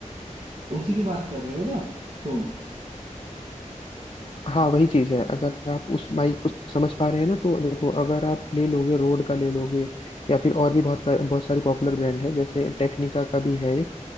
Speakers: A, on the right; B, on the left.
A: उसी की बात कर रहे हो ना तुम
B: हाँ वही चीज़ है अगर आप उस माइक को समझ पा रहे हैं ना तो देखो अगर आप ले लोगे रोड का ले लोगे या फिर और भी बहुत बहुत सारी पॉपुलर ब्रांड है जैसे टेक्निका का भी है एक